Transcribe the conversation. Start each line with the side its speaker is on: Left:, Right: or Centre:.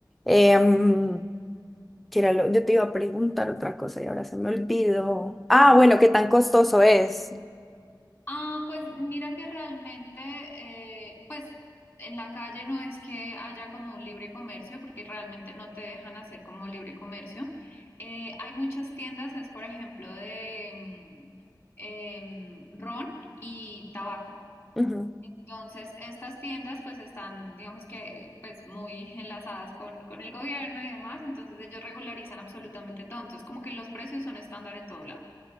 Centre: Em, que era lo- yo te iba a preguntar otra cosa y ahora se me olvidó. Ah, bueno, ¿qué tan costoso es?
Left: Ah, pues mira que realmente, eh, pues en la calle no es que haya como un libre comercio, porque realmente no te dejan hacer como libre comercio. Eh, hay muchas tiendas, es por ejemplo de mm, em, ron y tabaco.
Centre: Ujú.
Left: Entonces, estas tiendas pues están, digamos que, pues muy enlazadas con, con el gobierno y demás, entonces ellos regularizan absolutamente todo. Entonces, como que los precios son estándar en todo lado.